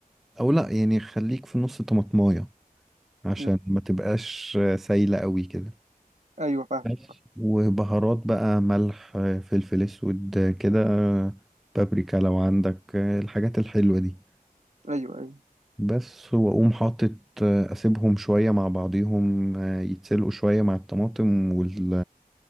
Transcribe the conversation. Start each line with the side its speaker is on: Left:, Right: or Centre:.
Centre: أو لأ يعني خليك في نص طماطماية عشان
Right: مم.
Centre: ما تبقاش آه، سايلة قوي كده
Right: ايوه فاهمك
Centre: بس وبهارات بقى ملح آه، فلفل اسود آه، كده آه، بابريكا لو عندك آه، الحاجات الحلوة دي
Right: ايوه ايوه
Centre: بس واقوم حاطط آه، اسيبهم شوية مع بعضيهم آه، يتسلقوا شوية مع الطماطم وال